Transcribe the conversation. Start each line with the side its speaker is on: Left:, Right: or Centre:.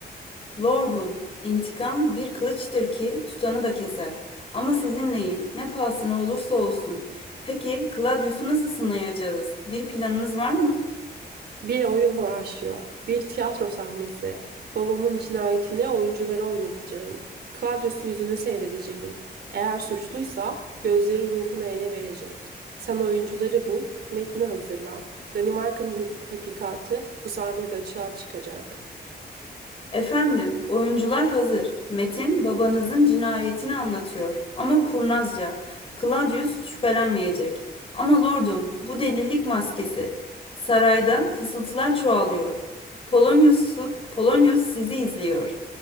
Left: Lordum, intikam bir kılıçtır ki tutanı da keser. Ama sizinleyim, ne pahasına olursa olsun. Peki, Claudius'u nasıl sınayacağız? Bir planınız var mı?
Right: Bir oyun horaşyo, bir tiyatro sahnesi, babamın cinayetini oyunculara oynatacağım, Claudius'un yüzünü seyredeceğim. Eğer suçluysa gözleri ruhunu ele verecek. Sen oyuncuları bul, metni hazırla. Danimarka'nın hik- hakikati bu sahnede açığa çıkacak.
Left: Efendim, oyuncular hazır. Metin babanızın cinayetini anlatıyor ama kurnazca. Claudius şüphelenmeyecek. Ama lordum, bu delilik maskesi. Sarayda fısıltılar çoğalıyor. Polonius, Polonius sizi izliyor.